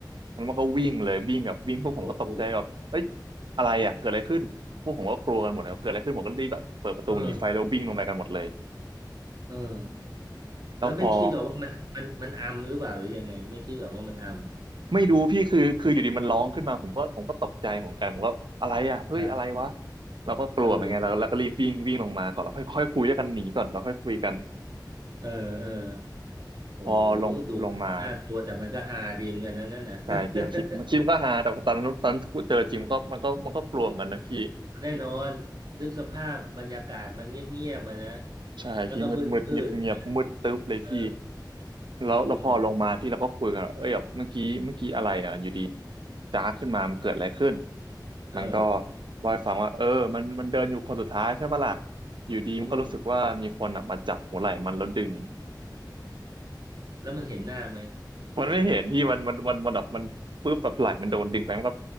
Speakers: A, on the right; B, on the right.
A: แล้วมันก็วิ่งเลยวิ่งแบบวิ่งพวกผมก็ตกใจแบบเอ้ย
B: โอ้โห
A: อะไรอ่ะเกิดอะไรขึ้นพวกผมก็กลัวกันหมดเลยเกิดอะไรขึ้นผมก็รีบแบบเปิดประตูหนีไฟแล้ววิ่งลงไปกันหมดเลย
B: เออเออ
A: แล้วพอ
B: แล้วไม่คิดหรอกว่ามันมันมันอัมหรือเปล่าหรือยังไงไม่คิดหรอกว่ามันอัม
A: ไม่รู้พี่คือคืออยู่ดีมันร้องขึ้นมาผมก็ผมก็ตกใจเหมือนกันผมก็อะไรอ่ะเฮ้ยอะไรวะ
B: ครับ
A: เราก็กลัวเหมือนกันแล้วแล้วก็รีบวิ่งวิ่งลงมาก่อนแล้วค่อยค่อยคุยกันหนีก่อนแล้วค่อยคุยกัน
B: เออเออเออ โอ้
A: พอลงลงมา
B: ดูน่ากลัวแต่มันก็ฮาดีเหมือนกันนะนั่นนะ
A: ใช่พี่มันคิดมันคิดมันก็ฮาแต่พอตอนนั้นตอนเจอจริงมันก็มันก็มันก็กลัวเหมือนกันนะพี่
B: <laughs> แน่นอนนึกสภาพบรรยากาศมันเงียบๆมานะ
A: ใช่พี่มืดมืดเงียบเงียบมืดตึ๊บเลยพี่
B: แล้วก็มืดๆนะเออ
A: แล้วแล้วพอลงมาพี่เราก็คุยกันว่าเอ้ยแบบเมื่อกี้เมื่อกี้อะไรอ่ะอยู่ดี
B: อืม
A: จ้าขึ้นมามันเกิดอะไรขึ้น
B: เออ
A: มันก็ว่าให้ฟังว่าเออมันมันเดินอยู่คนสุดท้ายใช่ปะล่ะอยู่ดีมันก็รู้สึกว่ามีคนอ่ะมาจับหัวไหล่มันแล้วดึง
B: อืมแล้วมันเห็นหน้าไหม
A: มันไม่เห็นที่มันมันมันมันแบบมันปึ๊บแบบไหล่มันโดนดึงไปมันก็